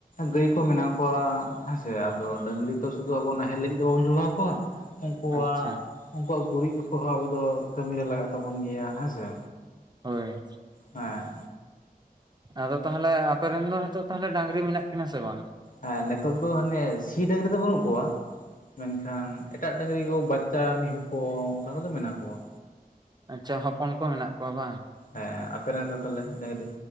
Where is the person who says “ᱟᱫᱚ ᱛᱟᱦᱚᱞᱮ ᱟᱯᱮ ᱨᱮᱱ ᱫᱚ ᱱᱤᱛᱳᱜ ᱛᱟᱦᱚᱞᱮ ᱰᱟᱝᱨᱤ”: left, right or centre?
Right